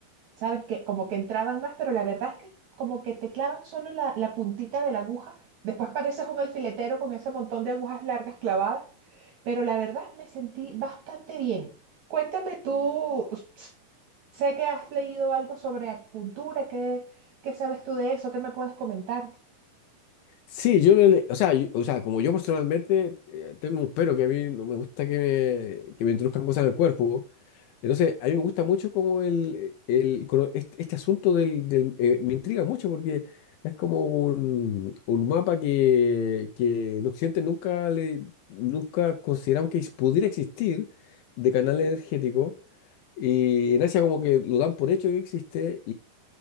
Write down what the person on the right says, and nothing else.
¿sabes? Que como que entraban más, pero la verdad es que como que te clavan solo la, la puntita de la aguja. Después pareces un alfiletero con ese montón de agujas largas clavadas. Pero la verdad me sentí bastante bien. Cuéntame tú, s- s- sé que has leído algo sobre acupuntura, ¿qué, qué sabes tú de eso? ¿Qué me puedes comentar?